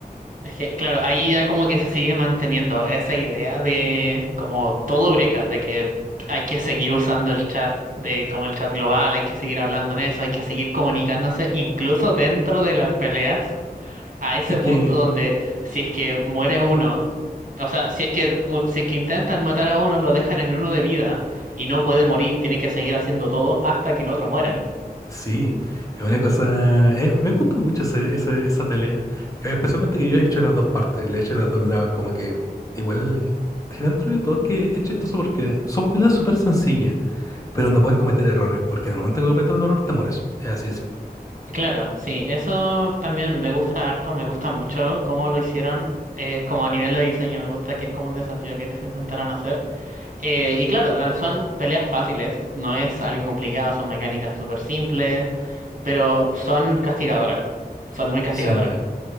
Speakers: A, on the right (about 50°); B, on the left (about 20°).
A: Es que, claro, ahí ya como que se sigue manteniendo esa idea de como todo Eureka, de que hay que seguir usando el chat, de como el chat global, hay que seguir hablando en eso, hay que seguir comunicándose incluso dentro de las peleas. a ese
B: Es
A: punto
B: que
A: donde si es que muere uno, o sea, si es que, u- si es que intentan matar a uno, lo dejan en uno de vida y no puede morir, tiene que seguir haciendo todo hasta que el otro muera.
B: Sí, es una cosa. eh, me gusta mucho ese, ese- esa pelea. Eh, especialmente que yo he hecho las dos partes, le he hecho los dos lados. Como que igual, que dentro de todo es que es chistoso porque son peleas súper sencillas, pero no puedes cometer errores, porque en el momento que cometes un error te mueres. Es así de simple.
A: Y Claro, sí, eso también me gusta harto, me gusta mucho cómo lo hicieron. eh, como a nivel de diseño, me gusta que es como un desafío que te intentaron hacer. Eh, y claro, ah, son peleas fáciles, no es algo complicado, son mecánicas súper simples, pero son castigadoras, son muy castigadoras.
B: Sí,